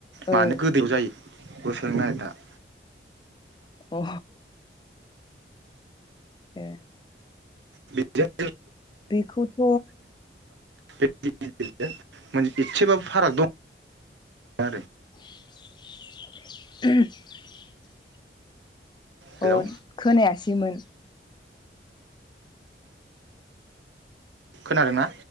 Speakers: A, on the right; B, on the left.
A: मानो
B: औ
A: गोदै जायो? गसनाय दा <inaudible>
B: अ ए
A: बिदि।
B: बेखौथ'
A: बे गेजजों एसेबाबो फाराग दं। <unintelligible>
B: <unintelligible>
A: हेलौ
B: अ खोनायासैमोन।
A: खोनादों ना।